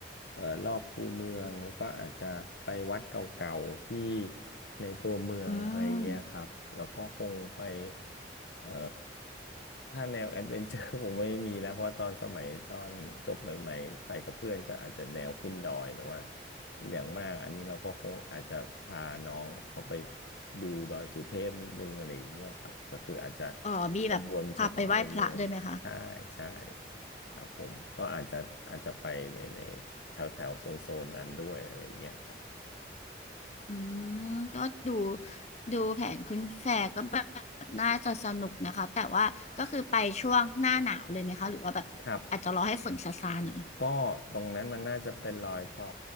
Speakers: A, on the left; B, on the left.
A: เอ่อรอบคูเมืองแล้วก็อาจจะไปวัดเก่าๆที่ในตัวเมืองอะไรเงี้ยครับแล้วก็คงไป
B: อืม
A: เอ่อถ้าแนวแอดเวนเจอร์ <laughs> คงไม่มีแล้วเพราะตอนสมัยตอนจบใหม่ๆไปกับเพื่อนก็อาจจะแนวขึ้นดอยแต่ว่าอย่างมากอันนี้เราก็คงอาจจะพาน้องเขาไปดูดอยสุเทพนิดนึงอะไรอย่างเงี้ยครับก็คืออาจจะ
B: อ๋อมีแบบพาไปไหว้พระด้วยไหมคะ
A: วนๆเฉพาะในเมืองใช่ใช่ครับผมก็อาจจะอาจจะไปในใน แถวแถวโซนโซนนั้นด้วยอะไรเงี้ยครับ
B: อืมก็ดูดูแผนคุณแฟร์ก็แบบน่าจะสนุกนะคะแต่ว่าก็คือไปช่วงหน้าหนาวเลยไหมคะหรือว่าแบบอาจจะรอให้ฝนซาซาหน่อย
A: ครับก็ตรงนั้นมันน่าจะเป็นรอยต่อ